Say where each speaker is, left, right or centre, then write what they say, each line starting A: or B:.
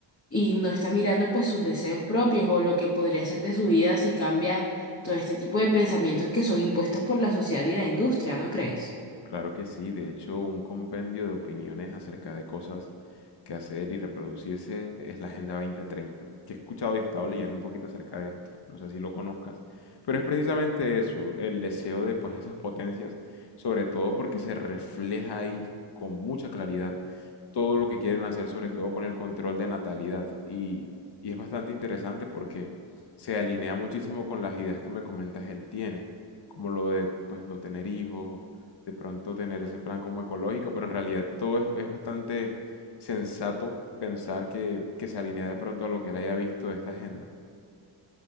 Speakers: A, on the left; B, on the left.
A: y no está mirando pues sus deseos propios o lo que podría ser de su vida si cambia todo este tipo de pensamientos que son impuestos por la sociedad y la industria, ¿no crees?
B: Claro que sí, de hecho, un compendio de opiniones acerca de cosas que hacer y reproducirse es la Agenda 2030, que he escuchado y he estado leyendo un poquito acerca de esto, no sé si lo conozcas, pero es precisamente eso, el deseo de pues esas potencias, sobre todo porque se refleja ahí con mucha claridad todo lo que quieren hacer, sobre todo con el control de natalidad, y, y es bastante interesante porque se alinea muchísimo con las ideas que me comentas él tiene, como lo de pues no tener hijos, de pronto tener ese plan como ecológico, pero en realidad todo es, es bastante sensato pensar que, que se alinea de pronto a lo que él haya visto de esta agenda.